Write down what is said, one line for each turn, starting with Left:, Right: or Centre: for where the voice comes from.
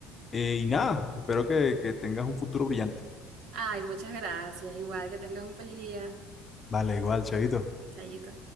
Left: Eh, y nada, espero que, que tengas un futuro brillante.
Right: Ay, muchas gracias, igual que tengas un feliz día.
Left: Vale, igual, chavito.
Right: Chayito.